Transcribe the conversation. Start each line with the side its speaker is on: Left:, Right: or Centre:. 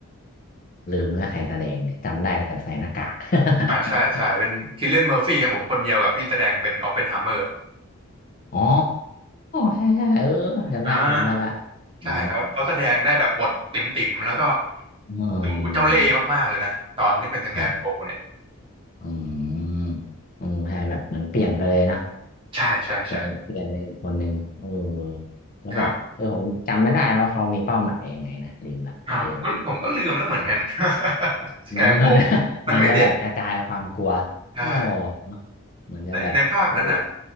Left: ลืมเนื้อใครแสดงเนี่ยจำได้แต่ใส่หน้ากาก <laughs>
Right: อ่าใช่ใช่เป็นคิลเลียนเมอร์ฟี่ครับผมคนเดียวกับที่แสดงเป็นออปเพนไฮเมอร์
Left: อ๋อใช่ใช่เออจำได้ละจำได้ละ
Right: อ่าใช่เขาเขาแสดงได้แบบบทติ่มๆแล้วก็
Left: อ๋ออ๋ออ๋อ
Right: ดูเจ้าเล่ห์มากๆเลยนะตอนที่เป็นสแกร์โครว์เนี่ย
Left: เออครับอืมเออใช่แบบเหมือนเปลี่ยนไปเลยนะ
Right: ใช่ใช่ใช่
Left: เป็นเปลี่ยนเป็นอีกคนหนึ่งเออแล้วแบบเออผมจำไม่ได้แล้วเขามีเป้าหมายยังไงนะลืมละในเรื่อง
Right: ครับอ่าผมก็ผมก็ลืมแล้วเหมือนกัน
Left: แบบ
Right: <laughs> สแกร์โครว์มันไม่เด่น
Left: เหมือนเหมือน <laughs> เหมือนจะแบบกระจายความกลัวโอ้
Right: ใช่
Left: เนอะเหมือนจะแบบเออ
Right: ในในภาคนั้นอ่ะ